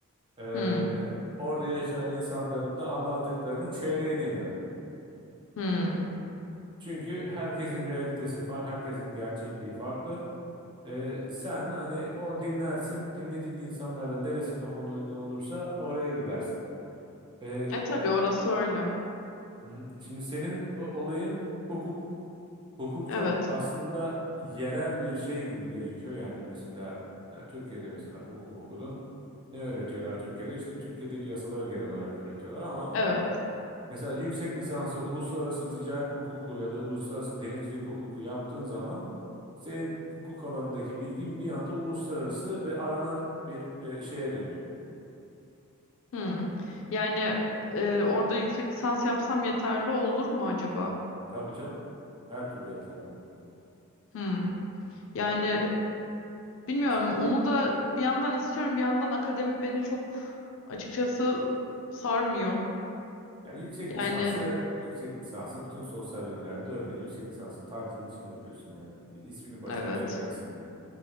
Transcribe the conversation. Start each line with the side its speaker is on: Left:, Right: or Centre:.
Right: E,
Left: Hmm.
Right: orada yaşayan insanların da anlattıklarının çeyreğine inan.
Left: Hmm.
Right: Çünkü herkesin realitesi farklı, herkesin gerçekliği farklı. Ee, sen hani o dinlersin, dinlediğin insanlarda neresi kafana uygun olursa oraya gidersin. Ee,
Left: E tabii orası öyle.
Right: hı, şimdi senin o- olayın hukuk. Hukuk
Left: Evet.
Right: çok aslında yerel bir şey gibi gözüküyor. Yani mesela ya Türkiye'de mesela hukuk okudun. Ne öğretiyorlar Türkiye'de? İşte Türkiye'deki yasaları genel olarak öğretiyorlar ama
Left: Evet.
Right: Mesela yüksek lisansı uluslararası ticaret hukuku ya da uluslararası denizcilik hukuku yaptığın zaman senin hukuk alanındaki bilgin bir anda uluslararası ve aranan bir e, şeye dönüyor.
Left: Hmm. Yani e, orada yüksek lisans yapsam yeterli olur mu acaba?
Right: Tabii canım. Her türlü yeterli olur.
Left: Hmm. Yani bilmiyorum.
Right: İşte-
Left: Onu da bir yandan istiyorum, bir yandan akademi beni çok açıkçası sarmıyor.
Right: Ya yüksek
Left: Yani
Right: lisansı, yüksek lisansı bütün sosyal bilimlerde öyle. Yüksek lisansı title için yapıyorsun yani. Bir isminin başına
Left: evet.
Right: bir şey gelsin diye.